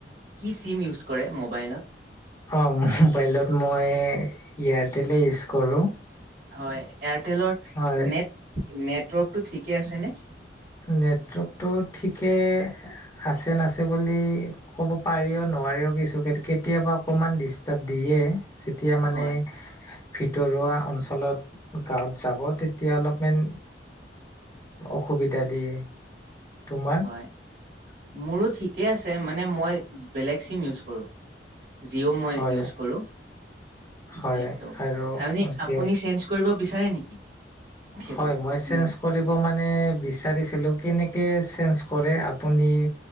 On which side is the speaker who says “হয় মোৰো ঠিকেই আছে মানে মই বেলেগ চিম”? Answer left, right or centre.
Right